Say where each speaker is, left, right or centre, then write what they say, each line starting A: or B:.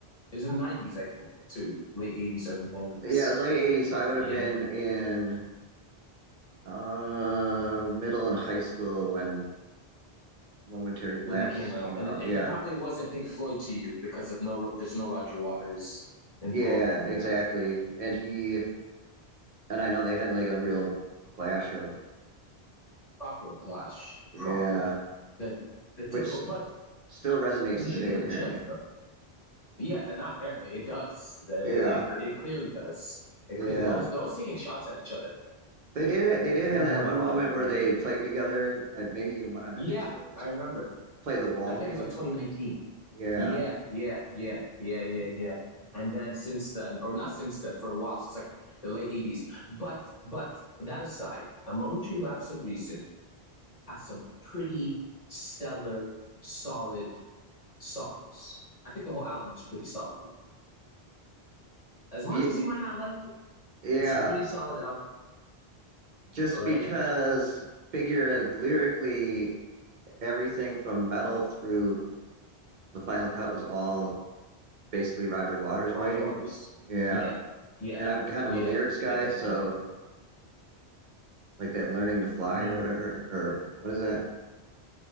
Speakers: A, on the left; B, on the right.
A: It was in the nineties, I think, too. Late eighties, early nineties.
B: it was late '80s, so I would have
A: Yeah.
B: been in uh middle and high school when momentary lapse
A: When they came
B: came
A: out. And
B: out.
A: and
B: Yeah.
A: it probably wasn't Pink Floyd to you because of no there's no Roger Waters involved
B: Yeah,
A: in
B: exactly.
A: that.
B: And he and I know they had like a real clash of
A: Proper clash.
B: yeah,
A: Proper. The the typical
B: which
A: but
B: still resonates
A: you should
B: today
A: give
B: apparently.
A: it a chance though. Yeah, and apparently it does. The,
B: Yeah.
A: it, it clearly does. It
B: Yeah.
A: clearly they're always, they're always taking shots at each other.
B: They did it. They did
A: Gilmore
B: have that
A: and
B: one
A: Rogers.
B: moment where
A: was
B: they
A: it?
B: played together, like maybe even went on a
A: Yeah,
B: tour or
A: I
B: something.
A: remember.
B: Played the wall
A: I think
B: maybe
A: it was like
B: or
A: 2019.
B: something. Yeah.
A: Yeah, yeah, yeah, yeah, yeah, yeah. And then since then, or not since then, for a while, since like the late 80s. But but that aside, a momentary lapse of reason has some pretty stellar, solid songs. I think the whole album is pretty solid. As much
B: Yeah,
A: as you might not like it,
B: yeah.
A: it's a pretty solid album,
B: Just
A: right?
B: because figure lyrically everything from metal through the final cut was all basically Roger Waters writing.
A: Roger Waters.
B: Yeah.
A: Yeah, yeah,
B: and I'm kind
A: yeah,
B: of a lyrics guy,
A: yeah, definitely.
B: so like that learning to fly
A: I mean,
B: or whatever, or what is that?